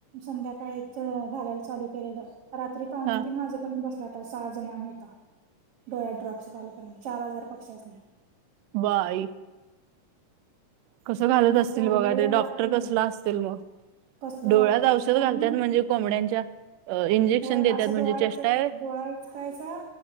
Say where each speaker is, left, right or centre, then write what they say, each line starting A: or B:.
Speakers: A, on the right; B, on the right.
A: संध्याकाळीच घालायला चालू केलेलं रात्री पावणे
B: हां.
A: तीन वाजेपर्यंत बसलो आम्ही. सहा जण आम्ही होता. डोळ्यात ड्रॉप्स घालूपर्यंत. चार हजार पक्ष्यासनी.
B: बाई कस घालत
A: मग
B: असतील
A: तेवढं
B: बघा.
A: लय वेळ
B: ते डॉक्टर
A: लागतोय
B: कसल
A: बाई.
B: असतील मग.
A: कसलं
B: डोळ्यात
A: डॉक्टर असतील
B: औषध
A: आणि
B: घालतात म्हणजे कोंबड्यांच्या अ, इंजेक्शन
A: होय
B: देतात
A: असं
B: म्हणजे
A: डोळायचं
B: चेष्टा आहे.
A: डोळायच जायचा